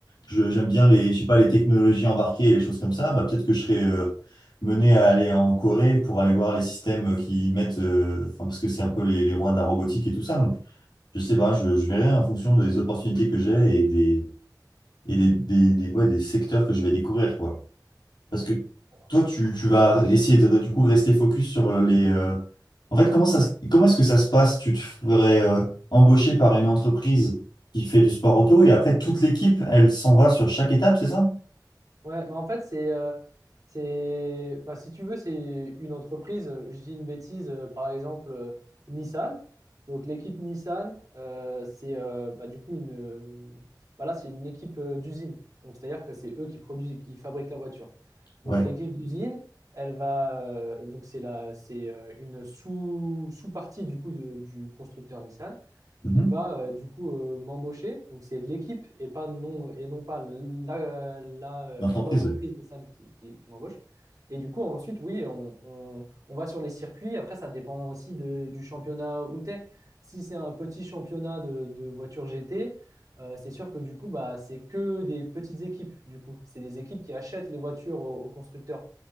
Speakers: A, on the left; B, on the right.
A: je- j'aime bien les, je sais pas, les technologies embarquées et les choses comme ça. Bah, peut-être que je serais euh, mené à aller en Corée pour aller voir les systèmes euh, qui mettent, euh, enfin, parce que c'est un peu les, les rois de la robotique et tout ça. Donc, je sais pas, je, je verrai en fonction des opportunités que j'ai et des, et des, des, des- ouais, des secteurs que je vais découvrir, quoi.
B: ok,
A: Parce que
B: ça marche.
A: toi, tu, tu vas essayer de, du coup, rester focus sur euh, les... euh, En fait, comment ça, se- comment est-ce que ça se passe? Tu te ferais euh, embaucher par une entreprise qui fait du sport auto et après, toute l'équipe, elle s'en va sur chaque étape, c'est ça?
B: Ouais, mais en fait, c'est, euh, c'est, bah, si tu veux, c'est une entreprise, euh, je dis une bêtise, euh, par exemple, euh, Nissan. Donc, l'équipe Nissan, euh, c'est euh, bah, du coup une, euh, voilà, c'est une équipe euh, d'usine. Donc, c'est-à-dire que c'est eux qui produisent, qui fabriquent la voiture.
A: Ouais.
B: Donc, l'équipe d'usine, elle va, euh, donc c'est la, c'est euh, une sous, sous-partie du coup de- du constructeur Nissan
A: Mhm.
B: qui va euh, du coup euh, m'embaucher. Donc c'est l'équipe et pas non et non pas la, la, euh,
A: L'entreprise,
B: l'entreprise
A: ouais.
B: Nissan qui, qui, qui m'embauche. Et du coup ensuite oui on, on, on va sur les circuits. Après ça dépend aussi de- du championnat où t'es. Si c'est un petit championnat de, de voitures GT, euh, c'est sûr que du coup bah c'est que des petites équipes du coup. C'est des équipes qui achètent les voitures aux, aux constructeurs.